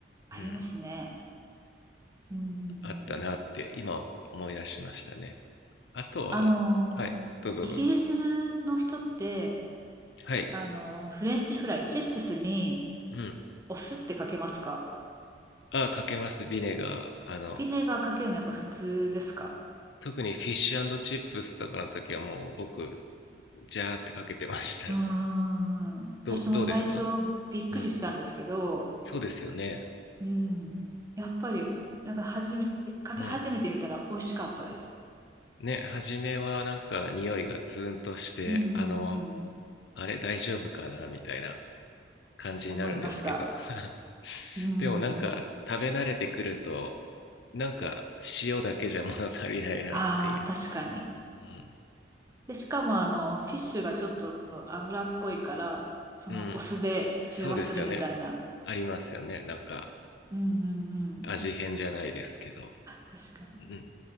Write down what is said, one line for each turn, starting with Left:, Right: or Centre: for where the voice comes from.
Right: ありますね。
Left: うん、
Right: うんうん
Left: あったなって今思い出しましたね。
Right: うん。
Left: あとは、
Right: あのー、
Left: はい、どうぞどうぞ。
Right: イギリスの人って、
Left: はい、
Right: あのー、フレンチフライ、チップスに
Left: うん。
Right: お酢ってかけますか
Left: あ、かけます、ビネガー。あの、
Right: ビネガーかけるのやっぱ普通ですか
Left: 特にフィッシュチップスとかの時はもう僕、ジャーってかけてましたね。
Right: うーん。
Left: どう、
Right: 私も最初
Left: どうですか
Right: びっくりしたんですけど、
Left: うん。そうですよね。
Right: うん。やっぱり、なんか始め、かけ始めてみたら美味しかったです。
Left: うん。ね、初めはなんか匂いがツーンとして、
Right: うん
Left: あの、
Right: うんうん。
Left: あれ大丈夫かなみたいな感じになるんですけど。
Right: 思いました。
Left: <laughs>
Right: うん。
Left: でもなんか食べ慣れてくると、なんか塩だけじゃ物足りないなっていう。
Right: ああ、確かに。
Left: うん。
Right: で、しかもあの、フィッシュがちょっと脂っこいから、そのお酢で中和するみたいな。
Left: うん。そうですよね。ありますよね。なんか
Right: うんうんうん。
Left: 味変じゃないですけど。
Right: 確かに。
Left: うん。